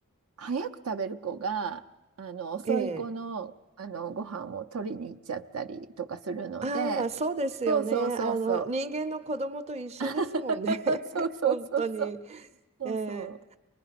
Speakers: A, on the right; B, on the right.
A: 早く食べる子が、あの、遅い子の、
B: ええ
A: あの、ご飯を取りに行っちゃったりとかするので、
B: ああ、まあそうですよね。
A: そうそうそうそう。
B: あの、人間の子供と一緒ですもんね。
A: <laughs>
B: <laughs>
A: そうそうそうそう。
B: 本当に。
A: そうそう。
B: ええ